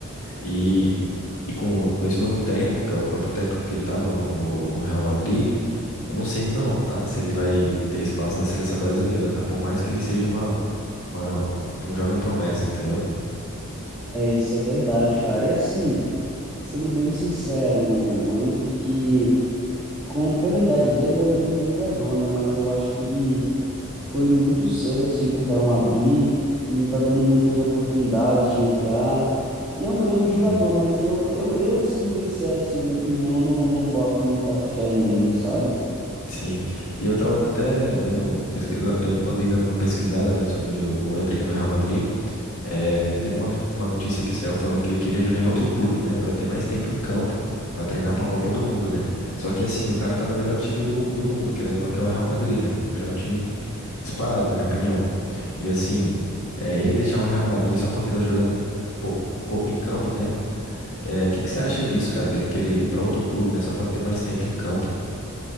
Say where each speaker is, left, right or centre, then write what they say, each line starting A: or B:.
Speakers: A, on the left; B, in the centre.
A: E, e com, com esse novo técnico, que é o próprio técnico que ele tava no, no, no Real Madrid, eu não sei não, tá? Se ele vai ter espaço na seleção brasileira, tá? Por mais que ele seja uma uma, um jovem promessa, entendeu?
B: É, isso é verdade, cara. E assim, sendo bem sincero, o Hendrick, com, pela idade dele, é um grande jogador, né? Mas eu acho que ele foi muito cedo, assim, pro Real Madrid, não tá tendo muitas oportunidades de entrar. E é um grande
A: Sim.
B: jogador, mas eu, eu, eu sendo bem sincero, assim, na minha opinião, eu não, não boto muita fé nele, sabe?
A: Sim. E eu tava até vendo, pesquisando, eu andei dando uma pesquisada, né, sobre o, o Endrick no Real Madrid. É, teve uma, no- uma notícia que saiu falando que ele queria jogar em outro clube, né, Pra ter mais tempo em campo, pra treinar pra Copa do Mundo, né? Só que assim, o cara tá no melhor time do, do mundo, querendo ou não, que é o Real Madrid, né? Melhor time disparado, na minha opinião. E assim, é, ele deixar o Real Madrid só porque tá jogando pouco, pouco em campo, né? O que que você acha disso, cara, dele querer ir pra outro clube, né, só pra ter mais tempo em campo?